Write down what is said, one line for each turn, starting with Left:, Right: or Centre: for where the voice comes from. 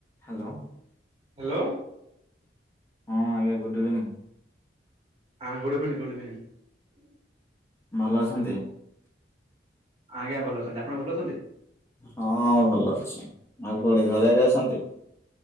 Left: Hello
Right: hello.
Left: ହଁ ଆଜ୍ଞା ଗୋଟେ ଦିନ୍।
Right: ହଁ ଗୁଡ ଭିନ ଗୁଡ ଭିନ
Left: ଭଲ ଅଛନ୍ତି?
Right: ଆଜ୍ଞା ଭଲ ଅଛନ୍ତି ଆପଣ ଭଲ ଅଛନ୍ତି?
Left: ହଁ ଆଉ ଭଲ ଅଛି। ଆଉ କୋଉଠି ଘରେ ଆଡେ ଅଛନ୍ତି।